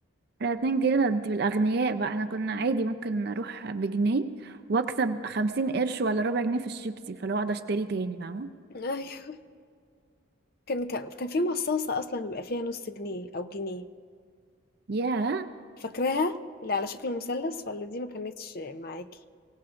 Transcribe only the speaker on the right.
ده 2 جنيه ده انت بالاغنياء بقى احنا كنا عادي ممكن اروح بجنيه واكسب 50 قرش ولا ربع جنيه في الشيبسي فلو اقعد اشتري تاني فاهمة
ياه